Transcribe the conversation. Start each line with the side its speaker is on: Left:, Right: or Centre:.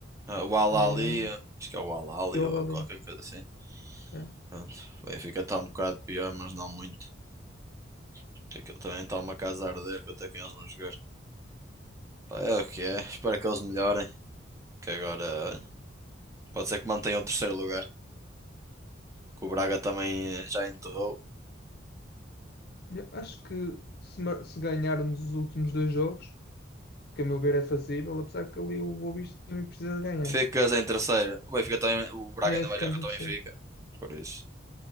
Right: Ah, o Al
Left: É
Right: Ahly,
Left: Miami
Right: acho que é o Al Ahly
Left: e o
Right: ou
Left: Al Ahly.
Right: qualquer coisa assim.
Left: Yeah.
Right: Pronto. O Benfica está um bocado pior, mas não muito. porque aquilo também está uma casa a arder que eu até quem eles vão jogar. Pá, é o que é. Espero que eles melhorem. Que agora olha, pode ser que mantenham o terceiro lugar. Que o Braga também eh, já enterrou.
Left: Eu Acho que se, ma- se ganharmos os últimos dois jogos, que a meu ver é fazível, apesar que ali o Boa Vista também precisa de ganhar.
Right: Ficas em terceiro. O Benfica também. O Braga
Left: É,
Right: ainda
Left: ficamos
Right: vai jogar contra
Left: em terceiro.
Right: o Benfica. Por isso.